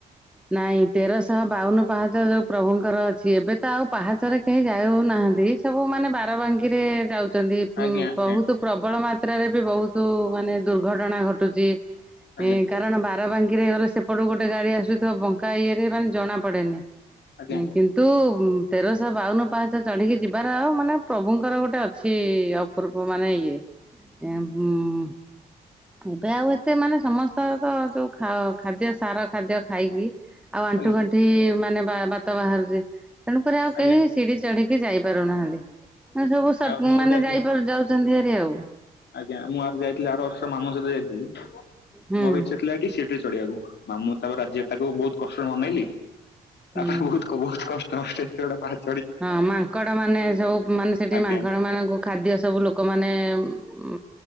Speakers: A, in the centre; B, on the left (about 60°).
A: ନାଇଁ ତେରଶହ ବାଉନ ପାହାଚ ଯୋଉ ପ୍ରଭୁଙ୍କର ଅଛି, ଏବେ ତ ଆଉ ପାହାଚରେ କେହି ଯାଉନାହାନ୍ତି ସବୁ ମାନେ ବାରବା ଙ୍କି ରେ ଯାଉଛନ୍ତି
B: ଆଜ୍ଞା ଆଜ୍ଞା
A: ବହୁତ ପ୍ରବଳ ମାତ୍ରାରେ ବି ବହୁତ ମାନେ ଦୁର୍ଘଟଣା ଘଟୁଛି
B: ଆଜ୍ଞା
A: କାରଣ ବାରବାଙ୍କିରେ ଗଲେ ସେପଟୁ ଗୋଟେ ଗାଡି ଆସୁଥିବ ବ ଙ୍କା ଇଏରେ ମାନେ ଜଣାପଡେନି
B: ଆଜ୍ଞା।
A: କିନ୍ତୁ ତେରଶହ ବାଉନ ପାହାଞ୍ଚ ଚଢ଼ିକି ଯିବାର ଆଉ ମାନେ ପ୍ରଭୁଙ୍କର ଗୋଟେ ଅଛି ଅପୂର୍ବ ମାନେ ଇଏ। ଏବମ୍ ଏବେ ଆଉ ଏତେ ମାନେ ସମସ୍ତେ ତ ଯୋଉ ଖାଦ୍ୟ ସାର ଖାଦ୍ୟ ଖାଇକି। ଆଉ ଆଣ୍ଠୁଗଣ୍ଠି
B: ଆଜ୍ଞା
A: ମାନେ ବା ବାତ ବାହାରୁଛି, ତେଣୁକରି ଆଉ
B: ଆଜ୍ଞା
A: କେହି ସିଢି ଚଢିକି ଟ ଯାଇପାରୁନାହାନ୍ତି, ସବୁ
B: ଆଉ ମୁଁ
A: ମାନେ
B: ଯା
A: ଯାଇାରୁ ଯାଉଛନ୍ତି ଆରି ଆଉ
B: ଆଜ୍ଞା ମୁଁ ଆର ଯାଇଥିଲି ଆର ବର୍ଷ ମାମୁ ସହିତ ଯାଇଥିଲି,
A: ହୁଁ
B: ମୋର ଇଚ୍ଛା ଥିଲା କି ଚଢିବାକୁ ମାମଁ ତାପରେ ରାଜି ତାକୁ ବହୁତ କଷ୍ଟରେ ମନେଇଲି
A: ହୁଁ।
B: ତାପରେ ବହୁ ବହୁତ କ <unintelligible>
A: ହଁ ମାଙ୍କଡ ମାନେ ସବୁ ମାନେ ସେଠି
B: ଆଜ୍ଞା
A: ମାଙ୍କଡ ମାନଙ୍କୁ ଖାଦ୍ୟ ସବୁ ଲୋକମାନୋନ ଉ